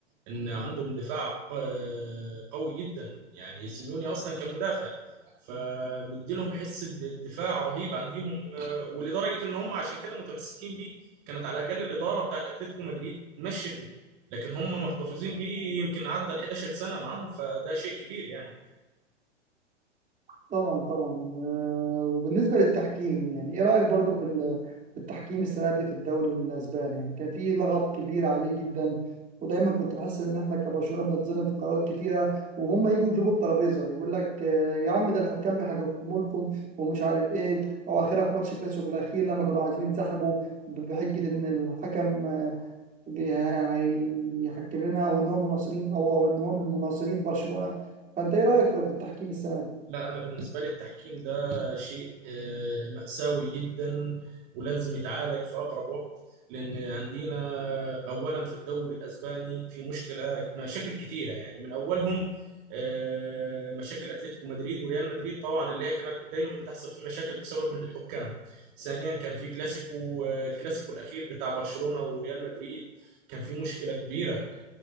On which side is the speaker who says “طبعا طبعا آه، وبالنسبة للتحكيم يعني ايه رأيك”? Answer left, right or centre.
Right